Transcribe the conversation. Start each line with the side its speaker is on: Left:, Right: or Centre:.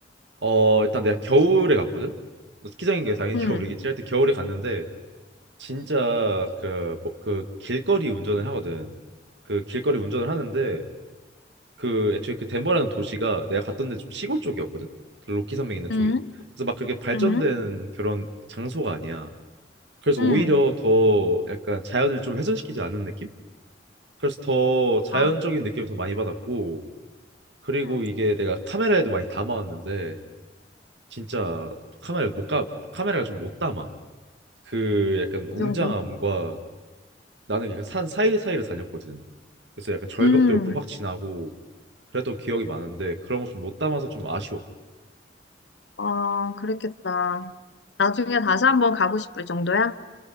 Right: 어 일단 내가 겨울에 갔거든. 어, 스키장인 게 당연히
Left: 음,
Right: <laughs> 겨울이겠지. 하여튼 겨울에 갔는데 진짜 그 뭐 그 길거리 운전을 하거든. 그 길거리 운전을 하는데 그 애초에 그 덴버라는 도시가 내가 갔던 데 좀 시골 쪽이었거든. 그 로키 산맥 있는 쪽이.
Left: 음,
Right: 그래서 막 그렇게 발전된
Left: 음,
Right: 그런 장소가 아니야. 그래서 오히려
Left: 음,
Right: 더 약간 자연을 좀 훼손시키지 않은 느낌? 그래서 더 자연적인
Left: 아,
Right: 느낌을 더 많이 받았고 그리고
Left: 응.
Right: 이게 내가 카메라에도 많이 담아왔는데 진짜 카메라 못가 카메라가 좀 못 담아 그 약간 웅장함과
Left: 이 정도?
Right: 나는 약간 산 사이사이를 다녔거든 그래서 약간 절벽도
Left: 음,
Right: 옆으로 확 지나고 그랬던 기억이 많은데 그런 거 좀 못 담아서 좀 아쉬워
Left: 어, 그랬겠다. 나중에 다시 한번 가고 싶을 정도야?